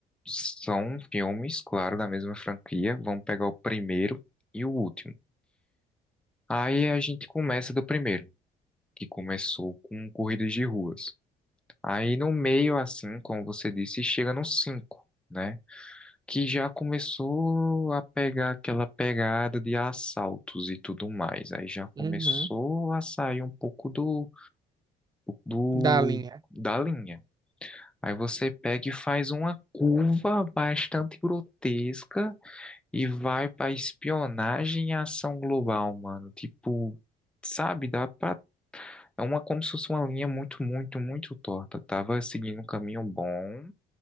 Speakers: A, in the centre; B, on the right (about 25°).
A: são filmes, claro, da mesma franquia. Vamos pegar o primeiro e o último. Aí a gente começa do primeiro, que começou com corridas de ruas. Aí no meio, assim, como você disse, chega no cinco né? que já começou a pegar aquela pegada de assaltos e tudo mais. Aí já
B: Uhum.
A: começou a sair um pouco do, do
B: Da linha.
A: da linha. Aí você pega e faz uma curva bastante grotesca e vai para espionagem e ação global, mano. Tipo, sabe, dá pra. É uma como se fosse uma linha muito, muito, muito torta. Tava seguindo um caminho bom.